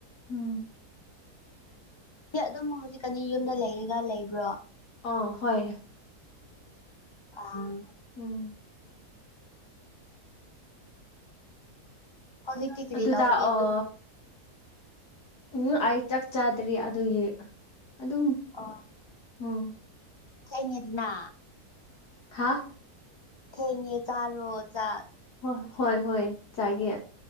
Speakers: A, on the left (about 80°); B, on the left (about 25°).
A: ꯎꯝ
B: ꯁꯤ ꯑꯗꯨꯝ ꯍꯧꯖꯤꯛꯀꯅꯤ ꯌꯨꯝꯗ ꯂꯩꯔꯒ ꯂꯩꯕ꯭ꯔꯣ
A: ꯑ ꯍꯣꯏ
B: ꯑ
A: ꯎꯝ
B: ꯍꯧꯖꯤꯛꯇꯤ ꯀꯔꯤ
A: ꯑꯗꯨꯗ
B: ꯇꯧꯒꯅꯤ
A: ꯑꯣ
B: ꯇꯨ
A: ꯎꯝ ꯑꯩ ꯆꯥꯛ ꯆꯥꯗ꯭ꯔꯤ ꯑꯗꯨꯒꯤ ꯑꯗꯨꯝ
B: ꯑ
A: ꯎꯝ
B: ꯊꯦꯡꯉꯦꯗꯅꯥ
A: ꯍꯥꯥ
B: ꯊꯦꯡꯉꯦ ꯆꯥꯔꯣ ꯆꯥꯛ
A: ꯍꯣꯏ ꯍꯣꯏ ꯍꯣꯏ ꯆꯥꯏꯒꯦ